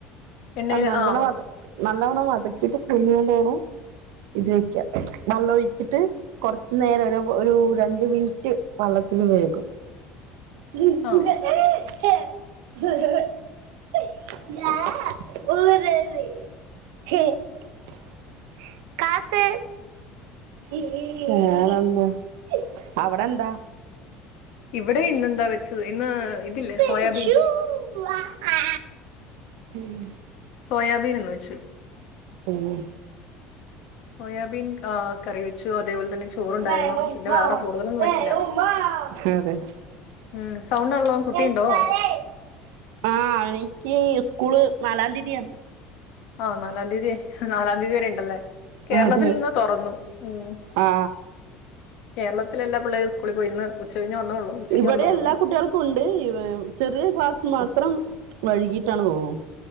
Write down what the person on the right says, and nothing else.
ആ നല്ലവണ്ണം
വത നല്ലവണം വതക്കിട്ട് <unintelligible> ഇത് വെക്കാം വെള്ളം ഒഴിച്ചിട്ട് കൊറച്ച് നേരം ഒരു ഒരു രണ്ട് മിനിറ്റ് വെള്ളത്തിൽ വേകും <unintelligible>
<unintelligible> <unintelligible> വേറെ എന്താ അവിടെ എന്താ
<unintelligible>
ആ ഉം
ഉം
<unintelligible>
അതെ
<unintelligible>
ആ എനിക്ക് സ്കൂള് നാലാം തീതിയാണ്
അതെ
ആ
ഇവിടെ
എല്ലാ കുട്ടികൾക്കും ഉണ്ട് ചെറിയ ക്ലാസ് മാത്രം വൈകിട്ടാണെന്ന് തോന്നുന്നു